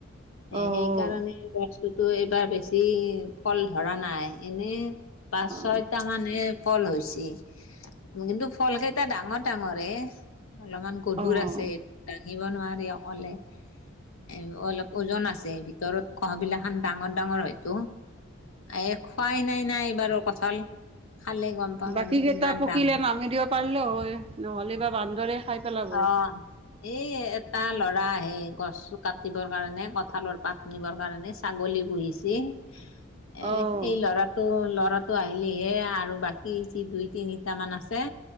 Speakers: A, on the left (about 75°); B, on the right (about 25°).
A: এ,
B: অ'
A: সেইকাৰণে গছটোতো এবাৰ বেছি, ফল ধৰা নাই। এনে, পাঁচ-ছয়টা
B: অ'
A: মানে, ফল হৈছে। কিন্তু, ফলকেইটা ডাঙৰ-ডাঙৰে। অলপমান গধুৰ
B: অ'
A: আছে,
B: অ'
A: দাঙিব নোৱাৰি অকলে। এ, অলপ ওজন আছে। ভিতৰত <unintelligible> বিলা খন ডাঙৰ-ডাঙৰ হয়তো। এ, খুৱাই নাই-নাই, এইবাৰো কঁঠাল। খালে গ'ম পাম
B: বাকী
A: আৰু
B: কেইটা
A: কিমান
B: পকিলে,
A: ডাঙৰ
B: নামি দিব পাৰিলেও হয়। নহ'লে বা বান্দৰে খাই পেলাব।
A: অ'! এই এটা ল'ৰা আহে, গছ কাটিবৰ কাৰণে, কঁঠালৰ পাত নিবৰ কাৰণে, ছাগলী পুহিছে। এই
B: অ'
A: ল'ৰা ত' ল'ৰাটো আহিলিহে আৰু বাকী যি, দুই- তিনিটামান আছে।